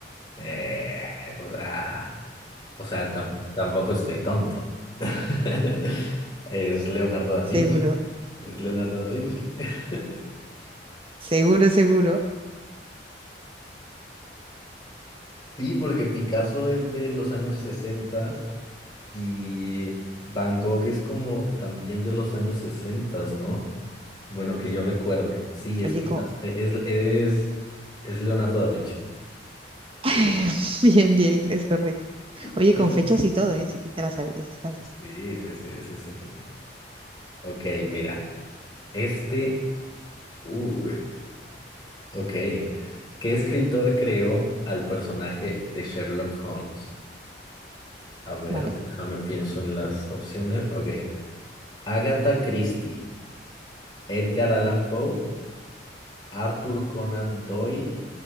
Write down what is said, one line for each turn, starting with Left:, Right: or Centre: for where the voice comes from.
Left: Eh, o sea. O sea, tam- tampoco estoy tonto. <laughs> Es Leonardo da
Right: Seguro,
Left: Vinci. Es Leonardo da Vinci. <laughs>
Right: seguro, seguro.
Left: Sí, porque Picasso es de los años 60 y Van Gogh es como también de los años 60, ¿no? Bueno, que yo recuerde. Sí, es
Right: Oye,
Left: Picasso.
Right: con...
Left: e- Es, es, es Leonardo da Vinci.
Right: <laughs> Bien, bien, es correcto.
Left: <laughs>
Right: Oye, con fechas y todo, ¿eh? Sí que te la sabías, está así.
Left: Sí, sí, sí, sí, sí. Ok, mira. Este. uh, Ok. ¿Qué escritor creó al personaje de Sherlock Holmes? A ver,
Right: ¿Vale?
Left: déjame pienso en las opciones. Ok. Agatha Christie, Edgar Allan Poe, Arthur Conan Doyle